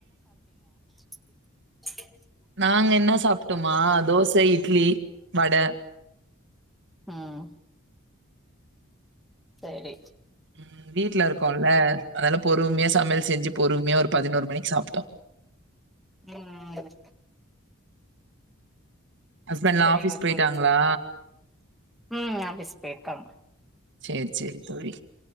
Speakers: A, in the centre; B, on the right (about 60°).
A: ச
B: நாங்க என்ன சாப்ட்டோம் மா தோச இட்லி வட
A: ம் சரி
B: ம் வீட்ல இருக்கோல்ல அதனால பொறுமையா சமையல் செஞ்சு பொறுமையா ஒரு பதினோரு மணிக்கு சாப்ட்டோம்
A: ம்
B: ஹஸ்பண்ட்லா
A: சரிங்க
B: ஆஃபீஸ் போயிட்டாங்களா
A: தோழி ம் ஆஃபிஸ் பேர்க்காங்க
B: சரி சரி தோழி